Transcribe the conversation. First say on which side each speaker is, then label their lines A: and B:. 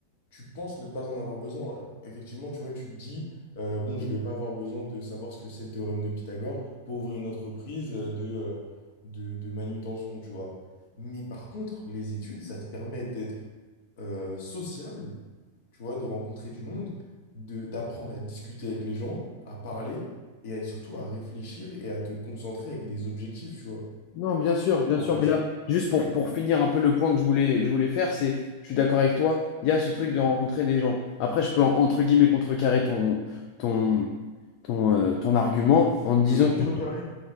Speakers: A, on the left; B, on the left.
A: tu penses ne pas en avoir besoin. Effectivement, tu vois, tu te dis, euh, bon, je vais pas avoir besoin de savoir ce que c'est le théorème de Pythagore pour ouvrir une entreprise euh, de, euh, de, de manutention, tu vois. Mais par contre, les études, ça te permet d'être euh, sociable, tu vois, de rencontrer du monde, de, d'apprendre à discuter avec les gens, à parler et à- surtout à réfléchir et à te concentrer avec des objectifs, tu vois.
B: Non, bien sûr, bien
A: Qu'en
B: sûr.
A: penses?
B: Mais là, juste pour, pour finir un peu le point que je voulais, je voulais faire, c'est, je suis d'accord avec toi, il y a ce truc de rencontrer des gens. Après, je peux, en- entre guillemets, contrecarrer ton, ton, ton, euh, ton argument en te disant,
A: Le contrecarré.
B: que-